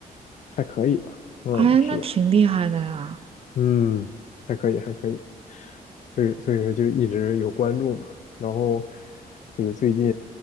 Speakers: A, on the left (about 50°); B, on the right (about 40°).
A: 还可以吧，嗯，
B: 哎，
A: 是的，
B: 那挺厉害的呀。
A: 嗯，还可以，还可以，所以所以说就一直有关注嘛。然后这个最近